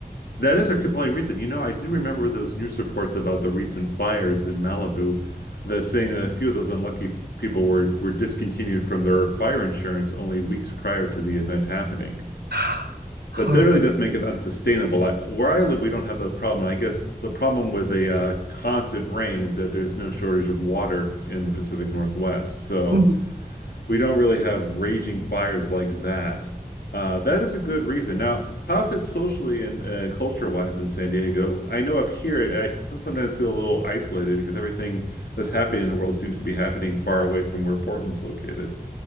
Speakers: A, on the left (about 80°); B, on the right (about 80°).
A: That is a compelling reason. You know, I do remember those news reports about the recent fires in Malibu, the saying that a few of those unlucky f- people were were discontinued from their fire insurance only weeks prior to the event happening.
B: <sighs> Horrible.
A: That really does make it unsustainable. I, where I live, we don't have the problem. And I guess the problem with the uh, constant rain is that there's no shortage of water in the Pacific Northwest. So
B: Mm-hmm.
A: we don't really have raging fires like that. Uh, that is a good reason. Now, how's it socially and uh, culture-wise in San Diego? I know up here, I sometimes feel a little isolated because everything that's happening in the world seems to be happening far away from where Portland's located.